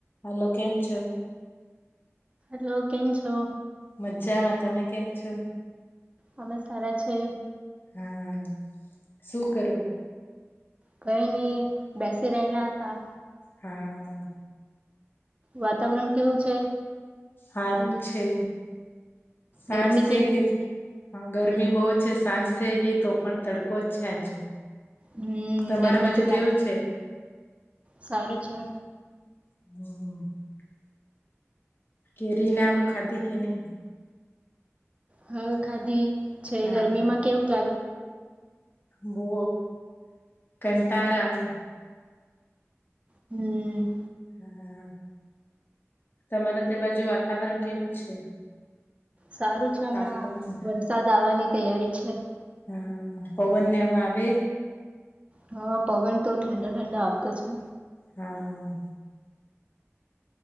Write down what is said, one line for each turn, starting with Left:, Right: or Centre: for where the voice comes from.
Left: હલોો કેમ છ
Right: હેલો કેમ છો
Left: મજામાં તમે કેમ છો
Right: અમે સારા છે
Left: હા શું કરો
Right: કઈ નઈ બેસી રહેલા હતા
Left: હા
Right: વાતાવરણ કેવું છે
Left: હું છે સાંજ
Right: ગરમી
Left: થઈ
Right: કેવી
Left: ગઈ
Right: રે-
Left: હા ગરમી બહુ છે સાંજ થઇ ગઈ તો પણ તડકો જ છે આજ
Right: હમ
Left: તમારા
Right: ગરમી
Left: બજુ
Right: તો
Left: કેવું
Right: લાગે
Left: છે
Right: સારું છે
Left: <inaudible> કેરી ના આવું ખાધી કે નહી
Right: હમ ખાધી છે
Left: હા
Right: ગરમી માં કેવું ક્યાંાગે
Left: બો કંટાર આવે
Right: હમ
Left: હા તમારે તે બાજુ વાતાવરણ કેવું છે
Right: સારું છે હમણાં
Left: તાપમાન
Right: વરસાદ આવવાની તૈયારી છે
Left: હા પવનને એમ આવે
Right: હા પવન તો ઠંડા ઠંડા આવતો છે
Left: હા